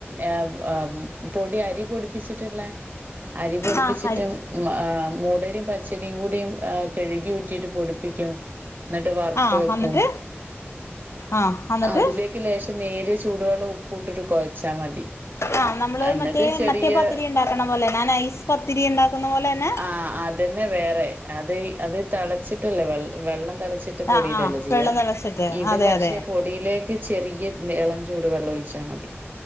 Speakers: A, on the right; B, on the left.
A: ആഹ് ആഹ് പൊടി അരി പൊടിപ്പിച്ചിട്ടുള്ളേ അരി പൊടിപ്പിച്ചിട്ടും
B: ആഹ് ഹരി
A: മ്മ് ആഹ് മൂടരിയും പച്ചരിയും കൂടിയും. ആഹ് കഴുകി ഊറ്റിയിട്ട് പൊടിപ്പിക്കും എന്നിട്ട് വറുത്ത്
B: ആഹ്
A: വെക്കും-
B: അന്നിട്ട് ആഹ് അന്നിട്ട്
A: അതിലേക്ക് ലേശം നേരിയ ചൂടുവെള്ളവും ഉപ്പ് ഇട്ടിട്ട് കൊഴച്ചാ മതി-
B: ആഹ് നമ്മള്
A: എന്നിട്ട്
B: മറ്റേ
A: ചെറിയ
B: മറ്റേ പത്തിരി ഉണ്ടാക്കണ പോലന്നെ ആ നൈസ് പത്തിരി ഉണ്ടാക്കുന്ന പോലന്നെ-
A: ആഹ് അതന്നെ വേറെ അത് അത് തിളച്ചിട്ടില്ലേ വെൾ വെള്ളം തെളച്ച് ട്ട് പൊടിയിടല്ലേ
B: ആഹ് ആഹ്
A: ചെയ്യാ
B: വെള്ളം തിളച്ചിട്ട്
A: ഇത്
B: അതെ
A: പക്ഷെ
B: അതെ
A: പൊടിയിലേക്ക് ചെറിയെ എന്തേ എളം ചൂട് വെള്ളം ഒഴിച്ചാ മതി.